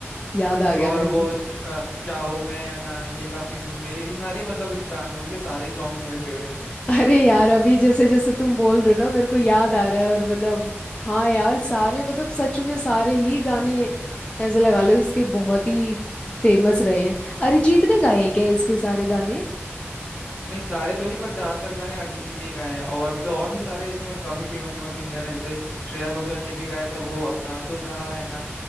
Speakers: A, on the left; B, on the left.
A: याद आ गया
B: और
A: मेरे
B: वो
A: को
B: च- चाहूं मैं या ना ये काफी भी मेरे ये सारे मतलब इस मूवी के सारे ही सॉन्ग्स मेरे फेवरेट है
A: अरे यार अभी जैसे जैसे तुम बोल रहे हो ना मेरे को याद आ रहा है और मतलब हाँ यार सारे मतलब सच में सारे ही गाने ऐसे लगा लो इसके बहुत ही फेमस रहे हैं अरिजीत ने गाए हैं क्या इसके सारे गाने
B: नहीं सारे तो नहीं पर ज्यादातर गाने अरिजीत सिंह ने ही गाए हैं और मतलब और भी सारे इसमें काफी फेमस फेमस सिंगर हैं जैसे श्रेया घोषाल ने भी गाया था वो अपना सुन रहा है ना